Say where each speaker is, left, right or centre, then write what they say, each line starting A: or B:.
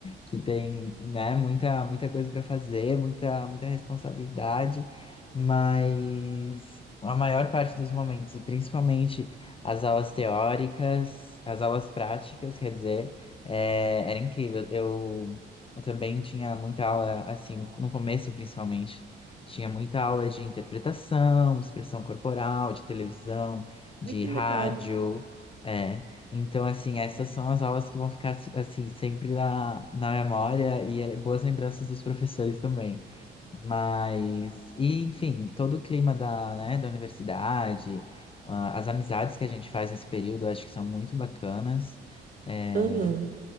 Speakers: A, on the left; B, on the right.
A: que tem, né, muita, muita coisa para fazer, muita, muita responsabilidade, mas a maior parte dos momentos, e principalmente as aulas teóricas, as aulas práticas, quer dizer, é, era incrível. Eu também tinha muita aula, assim, no no começo, principalmente. Tinha muita aula de interpretação, expressão corporal, de televisão, de
B: Ai, que
A: rádio.
B: legal.
A: É. Então, assim, essas são as aulas que vão ficar, se- assim, sempre na, na memória e eh, boas lembranças dos professores também. Mas, e, enfim, todo o clima da, né, da universidade, ah, as amizades que a gente faz nesse período, eu acho que são muito bacanas. é.
B: Aham.